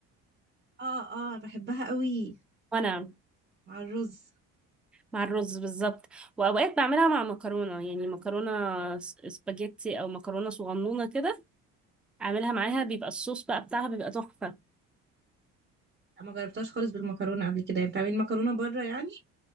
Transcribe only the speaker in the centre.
وانا
مع الرز بالظبط واوقات بعملها مع مكرونة يعني مكرونة س- سباجيتي او مكرونة صغنونة كده اعملها معاها بيبقى الصوص بقى بتاعها بيبقى تحفة